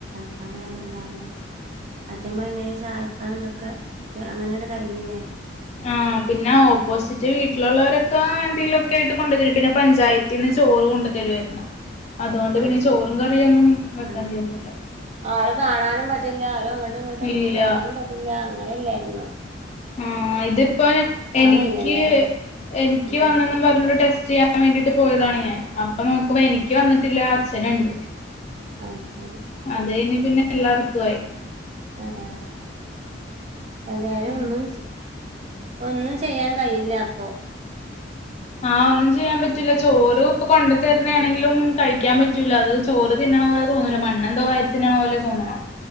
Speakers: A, on the right; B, on the left.
A: കനാലും ഉണ്ടാവില്ല അതമ്മ എങ്ങനെയാ സഹായിക്കാ എന്നൊക്കെ അങ്ങനെയണ്ട് കഴിഞ്ഞില്ലേ
B: ആഹ് പിന്നെ ഓപ്പോസിറ്റ് വീട്ടിലുള്ളവരൊക്കെ എന്തെങ്കിലുമൊക്കെ ആയിട്ട് കൊണ്ടുവരെ പിന്നെ പഞ്ചായത്ത് പിന്നെ ചോറ് കൊണ്ടത്തരുമായിരുന്നു അതുകൊണ്ട്
A: അത്
B: പിന്നെ
A: ശരി
B: ചോറും കറിയും ഒന്നും വെക്കേണ്ടിായിരുന്നില്ല
A: ആ ആരും കാണാനും പറ്റില്ല ആരും അങ്ങോട്ടും ഇങ്ങോട്ടും
B: ഇല്ല
A: തൊടാനും പറ്റില്ല അങ്ങനെ ഇല്ലായിരുന്നു
B: ആഹ് ഇതിപ്പോ എനിക്ക്
A: കഴിയില്ലല്ലേ
B: എനിക്ക്
A: ഉം
B: വന്നന്നും പറഞ്ഞു ടെസ്റ്റ് ചെയ്യൻ ൻ വേണ്ടിട്ട് പോയതാണ് ഞാൻ അപ്പൊ നോക്കുമ്പോ എനിക്ക് വന്നിട്ടില്ല അച്ഛനുണ്ട്
A: ആയ്ശരി
B: അത് കഴിഞ്ഞ് പിന്നെ എല്ലാർക്കും ആയി
A: ആഹ് അതായാലും
B: ഉം.
A: ഒന്നും ഒന്നും ചെയ്യാൻ കഴിയില്ല അപ്പൊ
B: ആഹ് ഒന്നും ചെയ്യാൻ പറ്റൂല്ല
A: ആ
B: ചോറ് ഇപ്പൊ കൊണ്ടു തരുന്ന
A: ചെ-
B: ആണെങ്കിലും കഴിക്കാൻ പറ്റും പറ്റൂല അത് ചോറ് തിന്നണ പോലെോന്നൂ മണ്ണെന്തോ കയത്തി ന്നണ പോല തോണണം